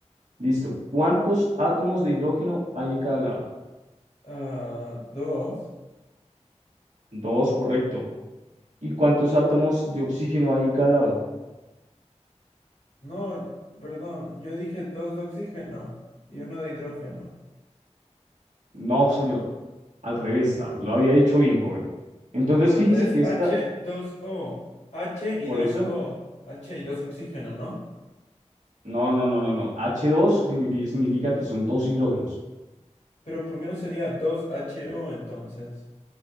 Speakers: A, on the right; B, on the left.
A: Listo. ¿Cuántos átomos de hidrógeno hay en cada lado?
B: ah, dos.
A: Dos, correcto. ¿Y cuántos átomos de oxígeno hay en cada lado?
B: No, perdón, yo dije dos de oxígeno y uno de hidrógeno.
A: No, señor. Al revés. al- lo había dicho bien, joven. Entonces
B: Pero
A: fíjese
B: es
A: que
B: h
A: esta,
B: dos o H y
A: por
B: 2
A: eso,
B: o H y dos oxígeno, ¿no?
A: no, no, no, no, no. h dos significa, significa que son dos hidrógenos.
B: Pero ¿por qué no sería dos H O entonces?